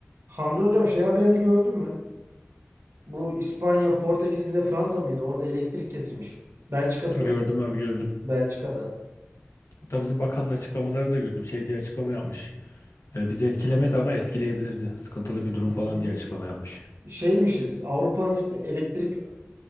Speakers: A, on the right; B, on the left.
A: Hamza hocam şey haberini gördün mü? Bu İspanya, Portekiz bir de Fransa mıydı? Orada elektrik kesilmiş. Belçika sanırım.
B: Gördüm abi gördüm.
A: Belçika'da.
B: Hatta bizim bakanın açıklamalarını da gördüm. Şey diye açıklama yapmış. E, bizi etkilemedi ama etkileyebilirdi. Sıkıntılı bir durum
A: Biz,
B: falan
A: biz
B: diye açıklama yapmış.
A: şeymişiz. Avrupa'nın elektrik